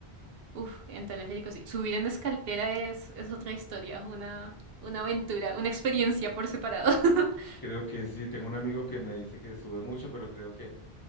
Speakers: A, on the right; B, on the left.
A: Uf, en teleférico sí. Subir en escalera es, es otra historia, una, una aventura, una experiencia por separado. <laughs>
B: Creo que sí, tengo un amigo que me dice que sube mucho, pero creo que